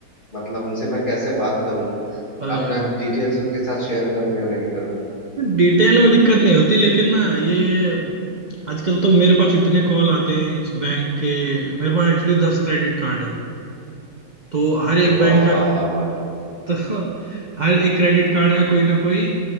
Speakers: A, on the left (about 30°); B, on the right (about 45°).
A: मतलब उनसे मैं कैसे बात करूं
B: अरे
A: अपना डिटेल्स उनके साथ शेयर करूं या नहीं करूं
B: डिटेल में दिक्कत नहीं होती लेकिन ना ये आजकल तो मेरे पास इतने कॉल आते हैं इस बैंक के मेरे पास एक्चुअली दस क्रेडिट कार्ड है तो हर
A: अरे
B: एक बैंक
A: बाबा
B: का <laughs> तो हर एक क्रेडिट कार्ड का कोई ना कोई